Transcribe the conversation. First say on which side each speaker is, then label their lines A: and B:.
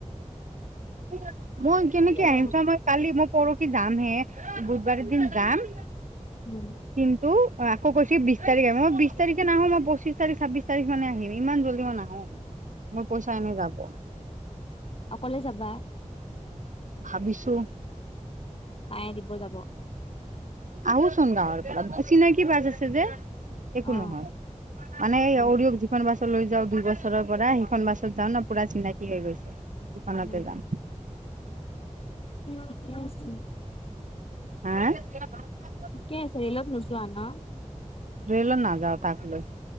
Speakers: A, on the right (about 80°); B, on the left (about 50°).
A: <unintelligible> মই কেনেকে
B: কি আৰু
A: আহিম চা বয় কালি মই পৰহি যাম হে বুধবাৰে দিন যাম।
B: উম।
A: কিন্তু আক কৈছো কৈছে বিশ তাৰিখ আহম মই বিশ তাৰিখে নাহো মই পচিছ তাৰিখ ছাব্বিছ তাৰিখ মে আহিম ইমান জল্দি মই নাহো।
B: <inaudible>
A: মোৰ পইচা এনে যাব।
B: অকলে যাবা।
A: ভাবিছোঁ।
B: মায়ে দিব যাব।
A: আৰুচোন গাঁৱৰ পৰা, চিনাকি বাছ আছে যে। একো
B: অ
A: নহয় মানে
B: অ
A: অৰিয়ক যিখন বাছ লৈ যাওঁ দুই বছৰৰ পৰা। সিখন বাছত যাও ন পুৰা চিনাকি হৈ গৈছে সিখনতে
B: উম,
A: যাম।
B: ঠিকে আছিল।
A: হাই <unintelligible>
B: ঠিকেই ৰেলত নোযোৱা ন।
A: ৰেল নাযাওঁ তাক লৈ।